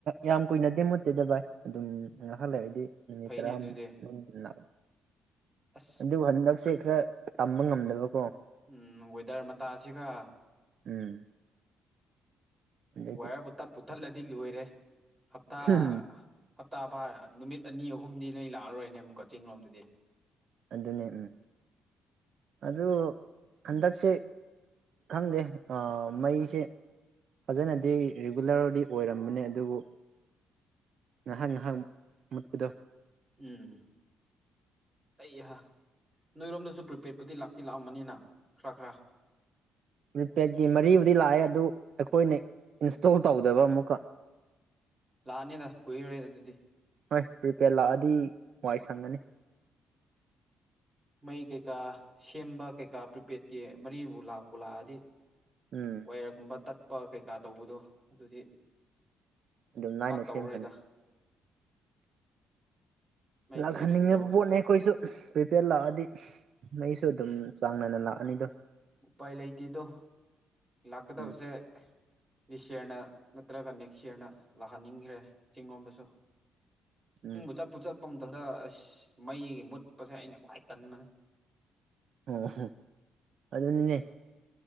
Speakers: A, on the right (about 60°); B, on the right (about 15°).
A: ꯌꯥꯝ ꯀꯨꯏꯅꯗꯤ ꯃꯨꯠꯇꯦꯗ ꯚꯥꯏ ꯑꯗꯨꯝ ꯉꯥꯏꯍꯥꯛ ꯂꯩꯗꯤ ꯅꯨꯃꯤꯠ
B: ꯐꯩꯅꯦ
A: ꯇꯔꯥꯃꯨꯛꯇꯪ
B: ꯑꯗꯨꯗꯤ
A: ꯂꯥꯛ
B: ꯑꯁ
A: ꯑꯗꯨ ꯍꯟꯗꯛꯁꯦ ꯈꯔ ꯇꯝꯕ ꯉꯝꯗꯕꯀꯣ
B: ꯎꯝ ꯋꯦꯗꯔ ꯃꯇꯥꯁꯤꯒ
A: ꯎꯝ ꯑꯗꯒꯤ
B: ꯋꯦꯌꯥꯔ ꯕꯨ ꯇꯠꯄꯨ ꯇꯠꯂꯗꯤ ꯂꯣꯏꯔꯦ ꯍꯞꯇꯥ
A: ꯎꯝ
B: ꯍꯞꯇꯥ ꯐꯥ ꯅꯨꯃꯤꯠ ꯑꯅꯤ ꯑꯍꯨꯝꯗꯤ ꯅꯣꯏ ꯂꯥꯛꯑꯔꯣꯏꯅꯦ ꯑꯃꯨꯛꯀ ꯆꯤꯡ ꯔꯣꯝꯗꯗꯤ
A: ꯑꯗꯨꯅꯦ ꯎꯝ ꯑꯗꯨ ꯍꯟꯗꯛꯁꯦ ꯈꯪꯗꯦ ꯑ ꯃꯩꯁꯦ ꯐꯖꯅꯗꯤ ꯔꯤꯒꯨꯂꯔꯗꯤ ꯑꯣꯏꯔꯝꯕꯅꯦ ꯑꯗꯨꯕꯨ ꯉꯥꯏꯍꯥꯛ ꯉꯥꯏꯍꯥꯛ ꯃꯨꯠꯄꯗꯣ
B: ꯎꯝ ꯑꯩꯍꯥ ꯅꯣꯏꯔꯣꯝꯗꯁꯨ ꯄ꯭ꯔꯤꯄꯦꯠꯄꯨꯗꯤ ꯂꯥꯛꯇꯤ ꯂꯥꯛꯑꯃꯅꯤꯅ ꯈꯔ ꯈꯔ
A: ꯄꯔꯤꯄꯦꯗꯀꯤ ꯃꯔꯤꯕꯨꯗꯤ ꯂꯥꯛꯑꯦ ꯑꯗꯨ ꯑꯩꯈꯣꯏꯅ ꯏꯟꯁꯇꯣꯜ ꯇꯧꯗꯕ ꯑꯃꯨꯛꯀ
B: ꯂꯥꯛꯑꯅꯤꯗ ꯀꯨꯏꯔꯔꯣꯏꯗ ꯑꯗꯨꯗꯤ
A: ꯍꯣꯏ ꯄ꯭ꯔꯤꯄꯦꯗ ꯂꯥꯛꯑꯗꯤ ꯋꯥꯥꯏ ꯁꯪꯉꯅꯤ
B: ꯃꯩ ꯀꯩꯀꯥ ꯁꯦꯝꯕ ꯀꯩꯀꯥ ꯄ꯭ꯔꯤꯄꯦꯗꯀꯤ ꯃꯔꯤꯕꯨ ꯂꯥꯛꯄꯨ ꯂꯥꯛꯑꯗꯤ
A: ꯎꯝ
B: ꯋꯥꯌꯔꯒꯨꯝꯕ ꯇꯠꯄ ꯀꯩꯀꯥ ꯇꯧꯕꯗꯣ ꯑꯗꯨꯗꯤ
A: ꯑꯗꯨꯝ ꯂꯥꯏꯅ
B: ꯄꯥꯛ ꯇꯧꯔꯣꯏꯗ
A: ꯁꯦꯝꯈ꯭ꯔꯅꯤ
B: ꯃꯩꯕꯨꯗꯤ
A: ꯂꯥꯛꯍꯟꯅꯤꯡꯉꯕ
B: ꯔꯤꯒꯨꯂꯔ ꯑꯣꯏꯔꯛꯑꯅꯤ
A: ꯄꯣꯠꯅꯦ ꯑꯩꯈꯣꯏꯁꯨ ꯄ꯭ꯔꯤꯄꯦꯗ ꯂꯥꯛꯑꯗꯤ ꯃꯩꯁꯨ ꯑꯗꯨꯝ ꯆꯥꯡ ꯅꯥꯏꯅ ꯂꯥꯛꯑꯅꯤꯗꯣ
B: ꯎꯄꯥꯏ ꯂꯩꯇꯦꯗꯣ ꯂꯥꯛꯀꯗꯕꯁꯦ
A: ꯎꯝ
B: ꯗꯤꯁ ꯏꯌꯥꯔꯅ ꯅꯠꯇ꯭ꯔꯒ ꯅꯦꯛꯁ ꯏꯌꯥꯔꯅ ꯂꯥꯛꯍꯟꯅꯤꯡꯈ꯭ꯔꯦ ꯆꯤꯡ ꯔꯣꯝꯗꯁꯨ
A: ꯎꯝ
B: ꯎ ꯆꯠꯄꯨ ꯆꯠꯄꯝ ꯑꯗꯣ ꯑꯁ ꯃꯩ ꯃꯨꯠꯄꯁꯦ ꯑꯩꯅ ꯈ꯭ꯋꯥꯏ ꯇꯟꯕꯅꯦ
A: ꯑꯝꯍ ꯑꯗꯨꯅꯤꯅꯦ